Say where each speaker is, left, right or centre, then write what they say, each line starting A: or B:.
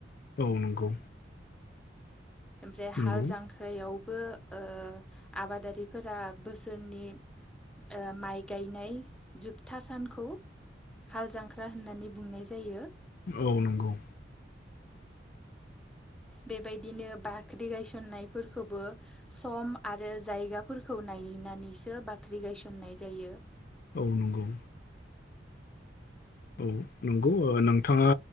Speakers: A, on the left (about 50°); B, in the centre.
A: औ नंगौ
B: ओमफ्राय
A: नंगौ
B: हाल जांख्रायाव बो ओ आबादारिफोरा बोसोरनि ओ माइ गायनाय जोबथा सानखौ हाल जांख्रा होननानै बुंनाय जायो
A: औ नंगौ
B: बेबायदिनो बाख्रि गायसननायफोरखबो सम आरो जायगाफोरखौ नायनानैसो बाख्रि गायसननाय जायो
A: ओ नंगौ औ नं गौ नोंथाङा